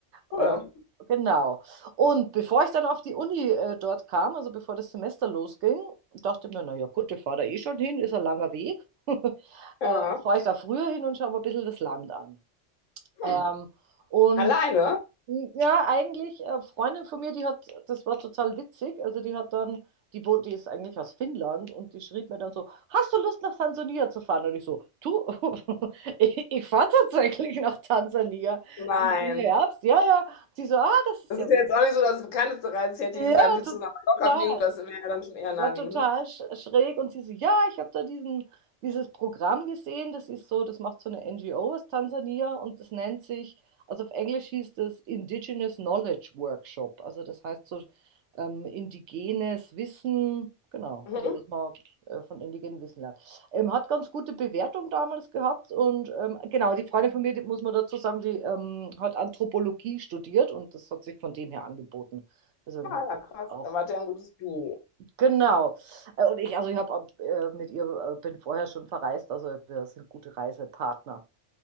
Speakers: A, on the left (about 85°); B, on the right (about 70°).
A: cool.
B: äh, genau. Und bevor ich dann auf die Uni äh, dort kam, also bevor das Semester losging, dachte ich mir, naja gut, ich fahre da eh schon hin, ist ein langer Weg. <laughs> äh,
A: Ja.
B: fahre ich da früher hin und schaue mir ein bisschen das Land an.
A: Hm.
B: Ähm, und
A: Alleine?
B: Ja, eigentlich, äh, Freundin von mir, die hat, das war total witzig. Also die hat dann, die wohnt, die ist eigentlich aus Finnland und die schrieb mir dann so, hast du Lust nach Tansania zu fahren? Und ich so, du, <laughs> ich, ich fahre tatsächlich nach Tansania
A: Nein.
B: diesen Herbst. Ja, ja. Sie so, ah, das ist
A: Das
B: ja
A: ist ja
B: witzig.
A: jetzt auch nicht so das bekannteste Reis. Ich hätte
B: Ja,
A: dir gesagt, willst
B: total
A: du nach Mallorca fliegen? Das wäre ja dann schon eher
B: war
A: naheliegend,
B: total
A: ne?
B: sch- schräg und sie so, ja, ich habe da diesen, dieses Programm gesehen, das ist so, das macht so eine NGO aus Tansania und das nennt sich, also auf Englisch hieß das Indigenous Knowledge Workshop, also das heißt so ähm, indigenes Wissen, genau,
A: Mhm.
B: also dass man äh, von indigenem Wissen lernt. Ähm, hat ganz gute Bewertung damals gehabt und ähm, genau, die Freundin von mir, die, muss man dazu sagen, die ähm, hat Anthropologie studiert und das hat sich von dem her angeboten. Deswegen
A: Ah,
B: hat sie
A: ja, krass.
B: das auch
A: Da wart ihr ein gutes Duo.
B: Genau. Äh, Und ich, also ich habe äh, mit ihr, äh, bin vorher schon verreist, also wir sind gute Reisepartner.